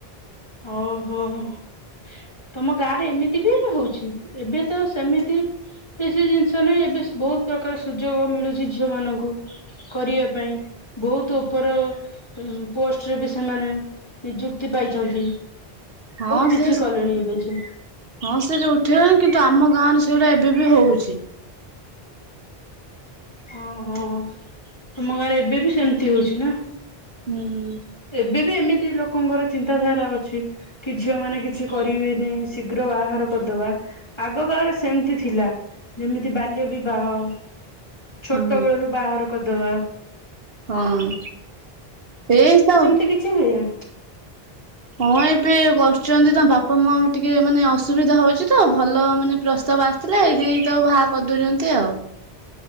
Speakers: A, on the left; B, on the right.
A: ହୋ, ହୋ, ହଁ, ହଁ ତମ ଗାଁରେ ଏମିତି ବି ଏବେ ହଉଛି, ଏବେ ତ ସେମିତି ସେଇ ସେଇ ଜିନିଷ ନାହିଁ, ଏବେ ବହୁତ ପ୍ରକାର ସୁଯୋଗ ମିଳୁଛି ଝିଅମାନଙ୍କୁ। କରିବା ପାଇଁ ବହୁତ ଉପର ଉଁ, ପୋଷ୍ଟରେ ବି ସେମାନେ ନିଯୁ କ୍ତି ପାଇଛନ୍ତି।
B: ହଁ
A: କିଛି
B: ସିଏସ
A: କଲେଣି ଏବେ ଯେ
B: ହଁ ସେଇ ସବୁ ଉଠିଗଲାଣି, କିନ୍ତୁ ଆମ ଗାଁରେ ସେଗୁଡା ଏବେ ବି ହଉଛି।
A: ଓ ହଁ, ତୁମ ଗାଁରେ ଏବେ ବି ସେମତି ହଉଛି ନା?
B: ହୁଁ।
A: ଏବେ ବି ଏମିତି ଲୋକଙ୍କର ଚିନ୍ତାଧାରା ଅଛି। କି ଝିଅମାନେ କିଛି କରିବେନି ଶୀଘ୍ର ବାହାଘର କରିଦବା। ଆଗ କାଳରେ ସେମିତି ଥିଲା ଯେମିତି ବାଲ୍ୟ ବିବାହ। ଛୋଟ
B: ହଁ
A: ବେଳରୁୁ ବାହାଘର କରିଦବା।
B: ହଁ ଏଇ ତ
A: ତ କିଛି ହୁଏନା।
B: ହଁ ଏବେ କରୁଛନ୍ତି ତାଙ୍କ ବାପା ମା ଙ୍କୁ ଟିକେ ମାନେ ଅସୁବିଧା ହଉଛି ତ ଭଲ ମାନେ ପ୍ରସ୍ତାବ ଆସ ସିଲା ଏଇଥିପାଇଁ ତାକୁ ବାହା କରିଦଉଛନ୍ତି ଆଉ।